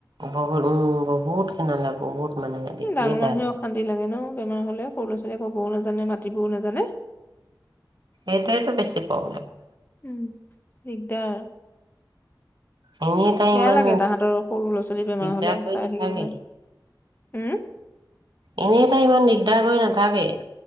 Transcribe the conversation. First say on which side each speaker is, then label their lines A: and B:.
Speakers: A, on the right (about 75°); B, on the left (about 25°).
A: বহুত, উম, বহুত খিনালা বহুত। মানে দেখিয়ে
B: ডাঙৰ
A: বেয়া
B: মানুহৰে
A: লাগে
B: অশান্তি লাগে ন? বেমাৰ হ'লে সৰু ল'ৰা ছোৱালীয়ে ক'বও নাজানে মাতিবও নাজানে।
A: এইটোৱেইটো বেছি প্ৰব্লেম।
B: উম, দিগদাৰ।
A: এনেই তাই
B: বেয়া
A: ইমান
B: লাগে তাহাঁতৰ, সৰু ল'ৰা ছোৱালীৰ বেমাৰ
A: দিগদাৰ
B: হ'লে
A: কৰি
B: চাই
A: নাথাকে
B: থাকিবলৈ, উম,
A: এনেই তাই ইমান দিগদাৰ কৰি নাথাকে